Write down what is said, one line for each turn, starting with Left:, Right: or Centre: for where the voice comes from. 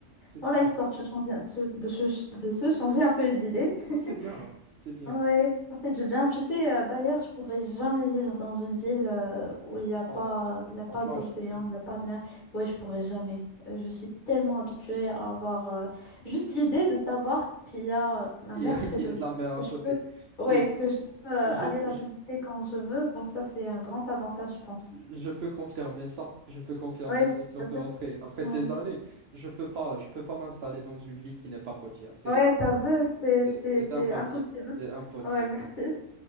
Right: C'est
Left: Voilà,
Right: bien.
Left: histoire de se changer, de se de se changer un peu les idées. <laughs>
Right: Non, c'est bien, hein, c'est bien,
Left: Ouais, ça fait du bien. Tu sais, euh, d'ailleurs, je pourrais jamais vivre dans une ville euh, où il n'y
Right: sans,
Left: a pas, il y a pas
Right: sans plage,
Left: d'océan,
Right: <laughs>
Left: il n'y a pas de mer. Oui, je pourrais jamais. Euh, je suis tellement habituée à avoir euh, juste l'idée de savoir qu'il y a euh, la
Right: qui,
Left: mer près
Right: qui
Left: de
Right: a
Left: moi,
Right: de la mer à
Left: que je
Right: côté.
Left: peux, ouais,
Right: Oui,
Left: que je peux euh,
Right: euh, je,
Left: aller la
Right: je,
Left: visiter quand je veux. Bah, ça, c'est un grand avantage, je pense.
Right: je peux confirmer ça, je peux confirmer
Left: Ouais,
Right: ça,
Left: tout
Right: surtout
Left: à fait.
Right: après, après
Left: Non.
Right: ces années. Je peux pas, je peux pas m'installer dans une ville qui n'est pas côtière, c'est,
Left: Ouais, t'as vu, c'est,
Right: c'est,
Left: c'est,
Right: c'est
Left: c'est
Right: impossible,
Left: impossible.
Right: c'est impossible.
Left: Ouais, merci.